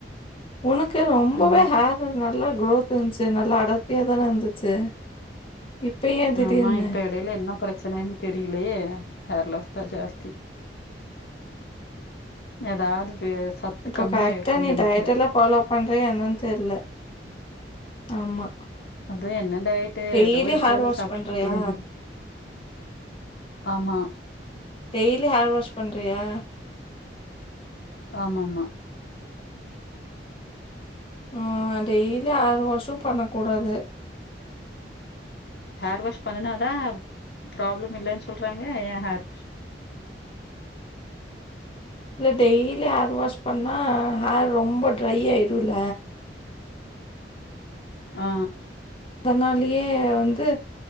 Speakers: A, on the left; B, on the left.
A: உனக்கு ரொம்பவே
B: ஆமா
A: ஹே ர் நல்லா குரோத் இருந்துச்சு நல்லா அடர்த்தியா தான இருந்துச்சு இப்ப ஏ திடீர்னு
B: ஆமா இப்ப எடையில என்ன பிரச்சனைன்னு தெரியலையே ஹேர் லாஸ் தா ஜாஸ்தி ஏதாவது வே சத்து
A: இப்போ
B: கம்மியா
A: கரெக்டா
B: இருக்குன்னு
A: நீ
B: நெனைக்கற
A: டயட் எல்லா ஃபாலோ பண்றயா என்னன்னு தெரில ஆமா
B: அது என்ன டயட்டு
A: டெய்லி
B: ஏதோ இருக்கறத
A: ஹேர் வாஷ்
B: சாப்ட்டுட்டு
A: பண்றியா
B: இருக்க வேண்டியது ஆமா
A: டெய்லி ஹேர் வாஷ் பண்றியா
B: ஆமாம்மா
A: ம் டெய்லி ஹேர் வாஷு பண்ணக்கூடாது
B: ஹேர் வாஷ் பண்ணுனாதா ப்ராப்ளம் இல்லன்னு சொல்றாங்க ஏ ஹேர் வாஷ்
A: இல்ல டெய்லி ஹேர் வாஷ் பண்ணா ஹேர் ரொம்ப ட்ரை ஆயிடுல
B: ஆ
A: அதனாலயே வந்து